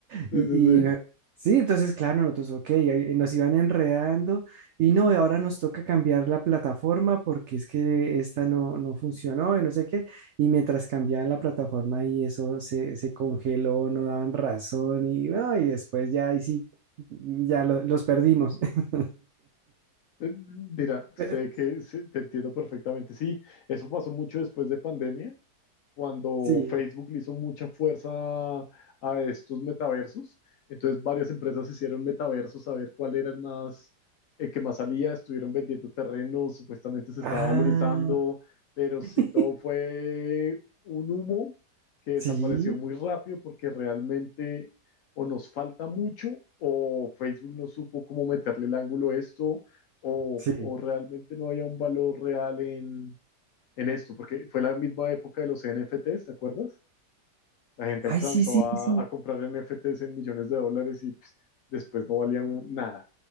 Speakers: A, on the left; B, on the right.
A: Sí,
B: Y,
A: sí, sí.
B: y, sí, entonces, claro, nosotros, ok, ahí nos iban enredando y no, y ahora nos toca cambiar la plataforma porque es que esta no, no funcionó y no sé qué. Y mientras cambiaban la plataforma y eso se, se congeló, no daban razón y, bueno, y después ya, ahí sí, ya lo- los perdimos. <laughs>
A: Eh, Mira, sé
B: Pe-
A: que sí, te entiendo perfectamente. Sí, eso pasó mucho después de pandemia. cuando
B: Sí.
A: Facebook le hizo mucha fuerza a estos metaversos. Entonces varias empresas hicieron metaversos a ver cuál era el más, el que más salía, estuvieron vendiendo terrenos, supuestamente se estaba
B: Ah,
A: valorizando, pero
B: <laughs>
A: sí todo fue un humo que desapareció
B: sí,
A: muy rápido porque realmente o nos falta mucho o Facebook no supo cómo meterle el ángulo a esto o,
B: sí.
A: o realmente no había un valor real en en esto, porque fue la misma época de los NFTs, ¿te acuerdas? La gente alcanzó
B: Ay, sí, sí,
A: a,
B: sí.
A: a comprar NFTs en millones de dólares y pues, después no valían un- nada.